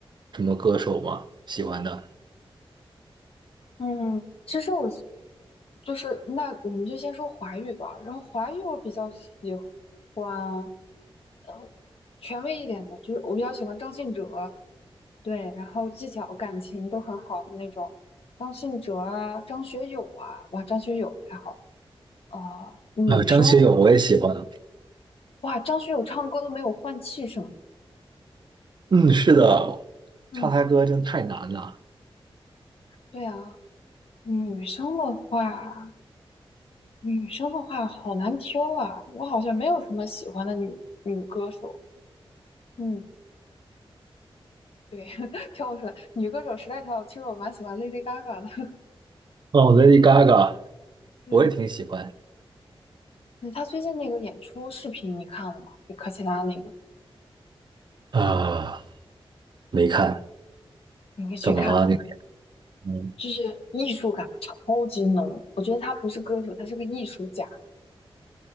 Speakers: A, on the right (about 50°); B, on the left (about 75°).
A: 什么歌手吗？喜欢的？
B: 嗯，其实我就是那我们就先说华语吧，然后华语我比较喜欢，呃，权威一点的，就是我比较喜欢张信哲，对，然后技巧感情都很好的那种，张信哲啊，张学友啊，哇，张学友太好了。啊、女生
A: 呃，张学友我也喜欢。
B: 哇，张学友唱歌都没有换气声。
A: 嗯，是的，
B: 嗯，
A: 唱他歌真太难了。
B: 对啊，女生的话，女生的话好难挑啊。我好像没有什么喜欢的女女歌手。嗯，对，<laughs> 挑不出来。女歌手实在挑不出来，其实我蛮喜欢 Lady Gaga 的。<laughs>
A: 哦，Lady Gaga
B: 对，
A: 我也挺喜欢。
B: 嗯她最近那个演出视频你看了吗？就科切拉那个，
A: 啊，没看，
B: 你可以去看看，
A: 怎么了？那个嗯，
B: 就是艺术感超级浓。我觉得她不是歌手，她是个艺术家。